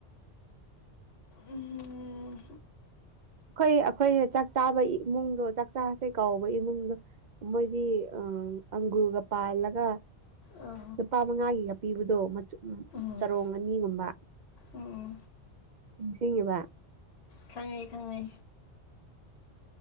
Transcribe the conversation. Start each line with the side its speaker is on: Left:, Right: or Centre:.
Left: ꯎꯝ
Right: ꯑꯩꯈꯣꯏ ꯑꯩꯈꯣꯏ ꯆꯥꯛ ꯆꯥꯕ ꯏꯃꯨꯡꯗꯣ ꯆꯥꯛꯆꯥꯥꯔꯥꯁꯦ ꯀꯥꯎꯕ ꯏꯃꯨꯡꯗꯣ ꯃꯣꯢꯗꯤ ꯑ ꯑꯡꯒꯨꯔꯒ ꯄꯥꯜꯂꯒ
Left: ꯑꯥ
Right: ꯂꯨꯄꯥ ꯃꯉꯥꯒꯤꯒ ꯄꯤꯕꯗꯣ ꯃꯆꯨ
Left: ꯎꯝ
Right: ꯆꯔꯣꯡ ꯑꯅꯤꯒꯨꯝꯕ
Left: ꯎꯝ
Right: ꯅꯤꯡꯁꯤꯡꯉꯤꯕ
Left: ꯈꯪꯉꯦ ꯈꯪꯉꯦ